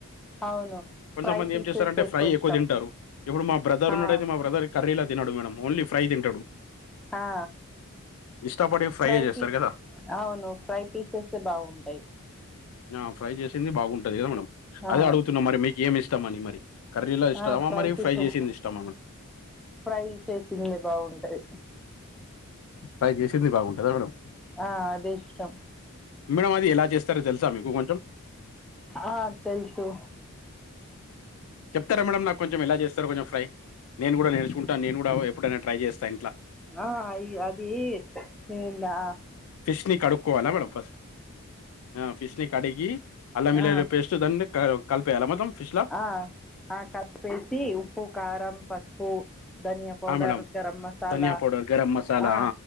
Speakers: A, in the centre; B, on the left.
A: అవును
B: కొంతమంది
A: ఫ్రై పీసెస్
B: ఏం చేస్తారంటే ఫ్రెండ్స్ ఫ్రై
A: ఇష్టం
B: ఎక్కువ తింటారు ఇప్పుడు మా బ్రదర్
A: ఆ
B: ఉన్నాడు అయితే మా బ్రదర్ కర్రీలా తిన్నాడు మేడం ఓన్లీ ఫ్రై తింటాడు
A: ఆ
B: ఇష్టపడి ఫ్రైయే
A: ఫ్రై
B: చేస్తారు
A: పీస్
B: కదా
A: అవును ఫ్రై పీసెస్తే బాగుంటాయి
B: ఆ ఫ్రై చేసింది బాగుంటది కదా మేడం
A: ఆ
B: అదే అడుగుతున్న మరి మీకు ఏమి ఇష్టం అని మరి కర్రీలా ఇష్టమా
A: ఆ
B: మరి
A: పీసెస్
B: ఫ్రై చేసింది ఇష్టామ మేడం
A: ఫ్రై చేసిందే బాగుంటది
B: ఫ్రై చేసింది బాగుంటుంద మేడం
A: ఆ అదే ఇష్టం
B: మేడమ్ అది ఎలా చేస్తారో తెలుసా మీకు కొంచెం
A: ఆ తెలుసు
B: చెప్తారా మేడమ్ నాకు కొంచెం ఎలా చేస్తారు కొంచెం ఫ్రై నేను కూడా నేర్చుకుంటాను నేను కూడా ఎప్పుడైనా ట్రై చేస్తా ఇంట్లా
A: ఆ అయి అది ఇందా
B: ఫిష్ ని కడుక్కోవాల మేడం ఫస్ట్ ఆ ఫిష్ ని కడిగి అల్లం వెల్లి
A: ఆ
B: గడ్డ పేస్ట్ ద్ క కలిపేయాలా మొత్తం ఫిష్ లా
A: ఆ ఆ కలిపేసి ఉప్పు కారం పసుపు ధనియాపౌడర్
B: ఆ మేడం
A: గరం మసాలా
B: ధనియా పౌడర్ గరం మసాలా
A: ఆ